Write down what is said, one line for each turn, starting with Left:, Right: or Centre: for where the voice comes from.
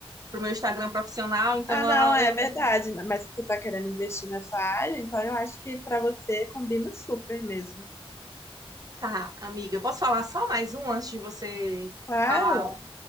Right: pro meu Instagram profissional, então
Left: Ah, não, é
Right: eu... eu-
Left: verdade, né? mas se você está querendo investir nessa área, então eu acho que para você combina super mesmo.
Right: Tá, amiga, posso falar só mais um antes de você
Left: Claro.
Right: falar